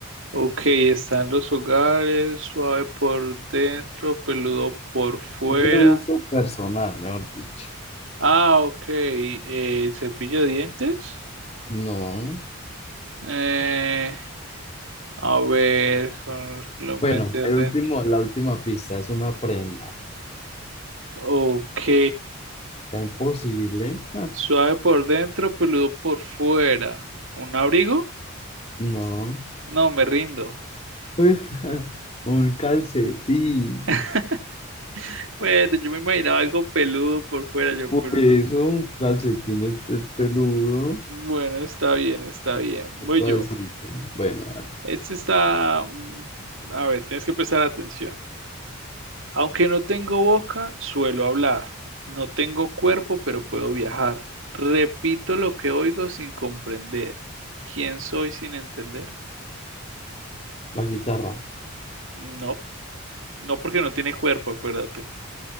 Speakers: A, on the right; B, on the left.
A: Ok, están los hogares, suave por dentro, peludo por fuera.
B: Es de uso personal, mejor dicho.
A: Ah, ok, eh, cepillo de dientes.
B: No.
A: Eh, a ver, con- lo meter
B: Bueno, el
A: dentro.
B: último, la última pista es una prenda.
A: Ok.
B: Está imposible. Ja,
A: Suave por dentro, peludo por fuera. ¿Un abrigo?
B: No.
A: No, me rindo.
B: Pues, ja, Un calcetín.
A: <laughs> Bueno, yo me imaginaba algo peludo por fuera, yo,
B: Por
A: pero
B: eso, un calcetín es es peludo.
A: bueno, está bien, está bien. Voy
B: Es suavecito.
A: yo.
B: Bueno, a ver,
A: Este está, mm, a ver, tienes que prestar atención. Aunque no tengo boca, suelo hablar. No tengo cuerpo, pero puedo viajar. Repito lo que oigo sin comprender. ¿Quién soy sin entender?
B: la guitarra.
A: No, no porque no tiene cuerpo, acuérdate.